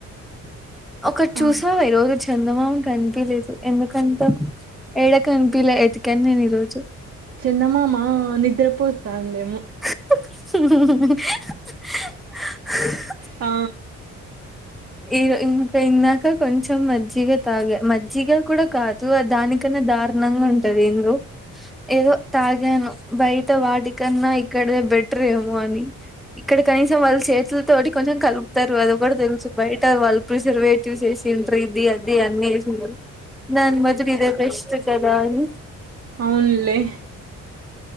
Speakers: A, in the centre; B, on the right.
A: ఒకటి చూసావా
B: ఆ
A: ఈ రోజు చందమామ కనిపియలేదు ఎందుకంటవ్ ఏడ కనిపియలే ఎతికాను నేను ఈ రోజు
B: చందమామ నిద్రపోతందేమో
A: <inaudible>
B: ఆ
A: ఈరో ఇంకా ఇందాక కొంచెం మజ్జిగా తాగా మజ్జిగా కూడా కాదు అది దానికన్నా దారుణంగా ఉంటది ఎందో ఏదో తాగాను బయట వాటికన్నా ఇక్కడేదే బెటర్ ఏమో అని ఇక్కడ కనీసం వాళ్ళు చేతుల తోటి కొంచెం కలుపు తారు అది గూడా తెలుసు వల్ ప్రిసర్వేటివ్స్ ఎసింట్రు ఇది అది అన్ని వేసింటరు దాన్ బదులు ఇదే బెస్ట్ కదా అని
B: అవున్ లే